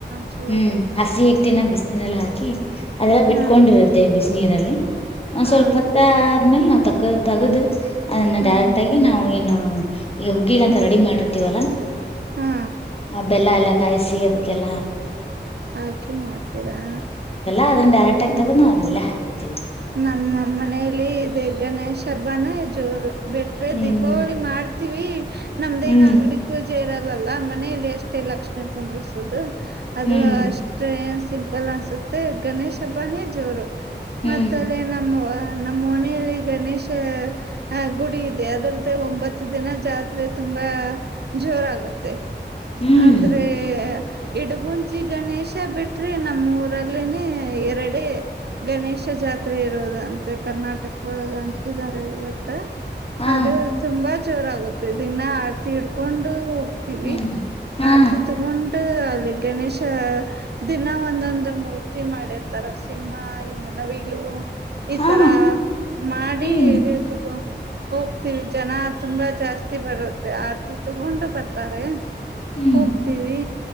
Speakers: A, on the right; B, on the left.
A: ಚಲೋ
B: ಹ್ಮ್
A: ಬಿಡಿ
B: ಹಸಿ ಇಟ್ಟಿನ
A: ಹ್ಮ್
B: ಬಿಸಿನೀರಲ್ಲಿ ಹಾಕ್ ಅದೆಲ್ಲಾ
A: ಹಾ
B: ಬಿಟ್ಕೊಂಡಿರುತ್ತೆ ಬಿಸ್ ನಿರಲ್ಲಿ. ಒಂದ್ ಸ್ವಲ್ಪ
A: ಹೌದ್ರಿ
B: ಹೊತ್ತ ಆದ್ಮೇಲೆ ನಾವ್ ತೊಕ್ ತಗ್ದು. ಅದನ್ನ
A: ಹ್ಮ್
B: ಡೈರೆಕ್ಟ್ ಆಗಿ ನಾವು ಏನು. ಹ್ಮ್ ಈ ಹುಗ್ಗಿಗಂತ
A: ಹ್ಮ್
B: ರೆಡಿ ಮಾಡಿರ್ತೀವಲ್ಲಾ
A: ಹಾ
B: ಆ ಬೆಲ್ಲ ಎಲ್ಲ. ಕಾಯಿಸಿ ಅದಕ್ಕೆಲ್ಲ.
A: ಹಾಕಿ ಮಾಡ್ತೀರಾ.
B: <unintelligible> ಕರೆಕ್ಟಗಿ
A: ಹ್ಮ್
B: ತಗುದ್ ನಾವ್ ಅಲ್ಲೇ ಹಕ್ ಹ್ಮ
A: ನಮ್ಮ ಮನೇಲಿ ಇದೆ ಗಣೇಶ ಹಬ್ಬಾನ ಜೋರು. ಬಿಟ್ರೆ
B: ಹ್ಮ್
A: ದೀಪಾವಳಿ ಮಾಡ್ ತೀವಿ ನಮ್ದೇನ್
B: ಹ್ಮ್
A: ಅಂಗಡಿ ಪೂಜೆ ಇರ ಲ್ಲ ಮನಲಿ ಎಷ್ಟೇ ಲಕ್ಷ್ಮೀ ಕುಂದ್ರಸೋದು ಅದು
B: ಹ್ಮ್
A: ಅಷ್ಟೇ ನ್ ಸಿಂಪಲ್ ಅನ್ಸುತ್ತೆ ಗಣೇಶ್ ಹಬ್ಬಾನೇ ಜೋರು
B: ಹ್ಮ್
A: ಮತ್ತಲ್ಲ ನಮ್ಮ ನಮ್ಮ ಓಣಿಯಲ್ಲಿ ಗಣೇಶ ಅ ಗುಡಿ ಇದೆ ಅದರದ್ದ ಒಂಬತ್ತು ದಿನ ಜಾತ್ರೆ ತುಂಬಾ ಜೋರಾಗುತ್ತೆ
B: ಹ್ಮ್
A: ಅಂದ್ರೆ ಇಡುಗುಂಜಿ ಗಣೇಶ ಬಿಟ್ರಿ ನಮ್ಮೂಊರಲ್ಲಿನೇ ಎರಡ ಗಣೇಶ ಕ್ಷ ಜಾತ್ರೆ ಇರೋದಂತೆ ಕರ್ನಾಟಕ ಒಳಗ ಅಂತಿದ್ದಾರೆ ಬಿಟ್ರೆ
B: ಹಾ
A: ಅದು ತುಂಬಾ ಜೋರ ಆಗುತ್ತೆ ದಿನ ಆಡ್ತಿ ಹಿಡ್ಕೊಂಡು ಹೋಗ್ತವಿ
B: ಹ್ಮ್ ಹಾ
A: ಆರ್ತಿ ತಗೊಂಡು ಅಲ್ಲಿ ಗಣೇಶ ದಿನ ಒಂದೊಂದು ಮೂರ್ತಿ ಮಾಡಿರ್ತಾರ ಸಿಂಹ ಹಿಂಗ ನ ಹಲೋ ಈ
B: ಹಾ
A: ತರ ಮಾಡಿ
B: ಹ್ಮ್
A: ತಗ ಹೋಗ್ತೀವಿ ಜನ ತುಂಬಾ ಜಾಸ್ತಿ ಬರುತ್ತೆ ಆರ್ತಿ ತಗೊಂಡು ಬರ್ತಾರೆ
B: ಹ್ಮ್
A: ಹೋಗ್ತೀವಿ